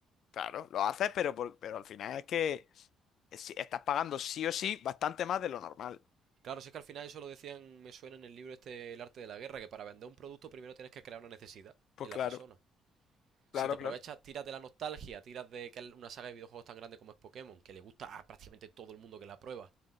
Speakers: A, on the left; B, on the right.
A: Claro, lo haces, pero, por- pero al final es que si- estás pagando sí o sí bastante más de lo normal.
B: Claro, si es que al final eso lo decían, me suena en el libro este, El arte de la guerra, que para vender un producto primero tienes que crear una necesidad
A: Pues
B: en
A: claro,
B: la persona
A: claro,
B: si te aprovechas,
A: claro.
B: tiras de la nostalgia, tiras de que es una saga de videojuegos tan grande como es Pokémon, que le gusta a prácticamente todo el mundo que la prueba. O